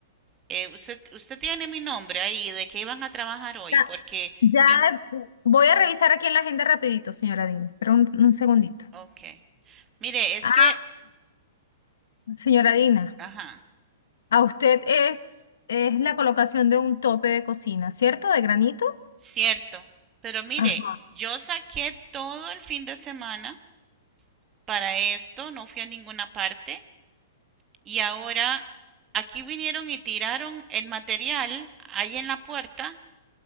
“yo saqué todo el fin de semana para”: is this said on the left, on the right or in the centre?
Right